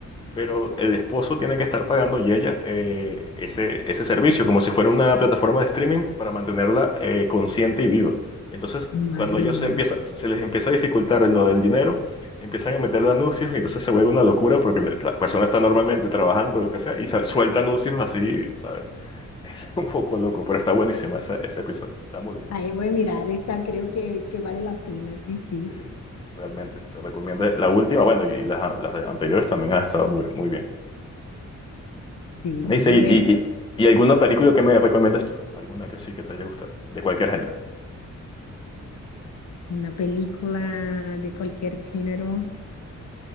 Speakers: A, on the left; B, on the left.
A: pero el esposo tiene que estar pagando y ella eh, ese, ese servicio, como si fuera una plataforma de streaming para mantenerla eh, consciente y viva. Entonces,
B: Madre
A: cuando ellos
B: mía.
A: se, empieza, se les empieza a dificultar lo del dinero, empiezan a meterle anuncios y entonces se vuelve una locura porque la la persona está normalmente trabajando, o lo que sea, y sa- suelta anuncios así, ¿sabes? <laughs> Es un poco loco, pero está buenísima ese, ese episodio, está muy bien.
B: Ahí voy a mirar esta, creo que, que vale la pena, sí, sí.
A: Sí, realmente, te recomiendo la última, bueno, y las, las anteriores también han estado muy, muy bien.
B: Sí,
A: Me dice,
B: voy
A: y,
B: a ir
A: y,
B: a
A: y alguna película que me recomiendas tú? ¿Alguna que sí que te haya gustado? De cualquier género.
B: una película de cualquier género.